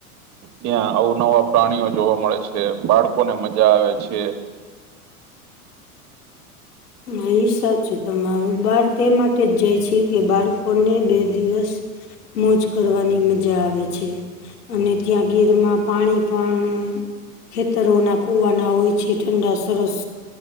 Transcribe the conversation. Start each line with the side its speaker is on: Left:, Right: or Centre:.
Right: ત્યાં અવનવા પ્રાણીઓ જોવા મળે છે, બાળકોને મજા આવે છે.
Left: અ એ સાચું તમારું બળ તે માટે જ જાય છે કે, બાળકોને બે દિવસ મોજ કરવાની મજા આવે છે. અને ત્યાં ગીરમાં પાણી પણ ખેતરોના કુવાના હોય છે. ઠંડા સરસ